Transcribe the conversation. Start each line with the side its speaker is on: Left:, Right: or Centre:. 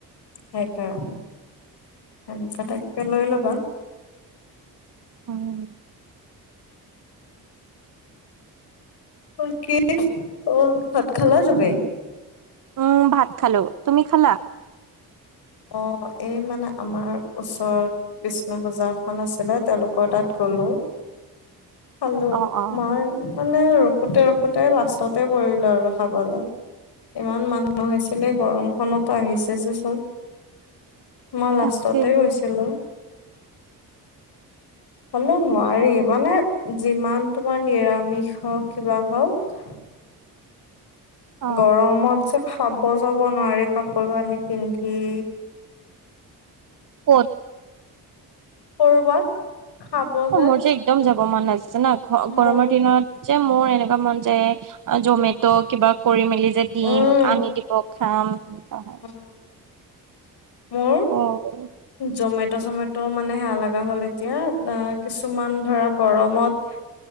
Left: সেইকাৰণে <unintelligible> লৈ ল'বা।
Right: উম।
Left: <unintelligible> অ', ভাত খালা তুমি?
Right: উম, ভাত খালোঁ, তুমি খালা?
Left: অ', এই মানে আমাৰ ওচৰত বিষ্ণুপূজা এখন আছিলে, তেওঁলোকৰ তাত হেল্ল', হেল্ল'!
Right: অ', অ',
Left: <unintelligible> মানে ৰখোতে, ৰখোতে লাষ্টতে পৰিলোঁ আৰু খাবলে। ইমান মানুহ হৈছিলে, গৰমখনতো আহিছে যে, চব। মই লাষ্টতে
Right: তাকেহে
Left: গৈছিলোঁ। হ'লেও নোৱাৰি মানে যিমান তোমাৰ নিৰামিষ হওঁক, কিবা হওঁক
Right: অ',
Left: গৰমত যে, খাব যাব নোৱাৰি, কাপোৰ কানি পিন্ধি
Right: ক'ত?
Left: কৰ'বাত খাবলে
Right: অ', মোৰ যে, একদম যাব মন <unintelligible> গৰমৰ
Left: মোৰ
Right: দিনত যে, মোৰ এনেকুৱা মন যায় জমেট'
Left: উম,
Right: কিবা কৰি মেলি যে, দিম
Left: উম,
Right: আনি দিব, খাম।
Left: <inaudible>
Right: হয়।
Left: মোৰ,
Right: অ',
Left: জমেট চমেত' মানে সেয়া লগা হ'ল এতিয়া আ, কিছুমান ধৰা গৰমত